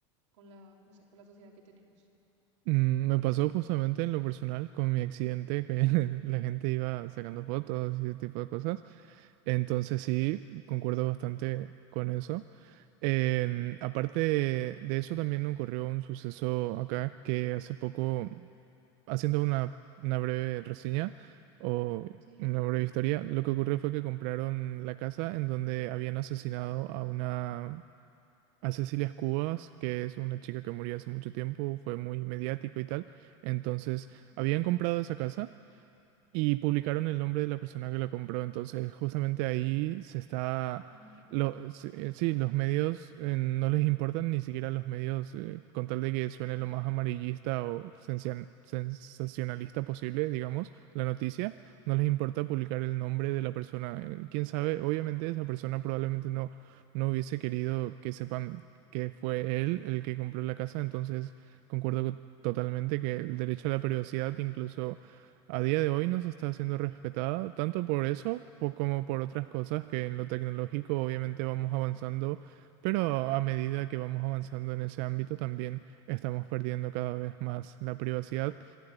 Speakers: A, on the right; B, on the right.
A: con la, no sé, con la sociedad que tenemos.
B: Mm, Me pasó justamente en lo personal con mi accidente, que <laughs> la gente iba sacando fotos y ese tipo de cosas. Entonces
A: Sí,
B: sí, concuerdo bastante con eso. Em, aparte de, de eso, también ocurrió un suceso acá que hace poco, haciendo una, una breve reseña o
A: sí,
B: una breve historia, lo que ocurrió fue que compraron la casa en donde habían asesinado a una a Cecilia Cubas, que es una chica que murió hace mucho tiempo, fue muy mediático y tal. Entonces,
A: ajá,
B: habían comprado esa casa y publicaron el nombre de la persona que lo compró. Entonces, justamente ahí se está.
A: imagínate.
B: Lo, se- eh, sí, los medios eh, no les importan ni siquiera los medios, eh, con tal de que suene lo más amarillista o sencian- sensacionalista posible, digamos, la noticia, no les importa publicar el nombre de la persona. Eh, Quién sabe, obviamente esa persona probablemente no, no hubiese querido que sepan que fue él el que compró la casa, entonces concuerdo co- totalmente que el derecho a la privacidad incluso a día de hoy no se está haciendo respetada, tanto por eso po- como por otras cosas que en lo tecnológico obviamente vamos avanzando, pero
A: sí
B: a medida que vamos avanzando en ese ámbito también estamos perdiendo cada vez más la privacidad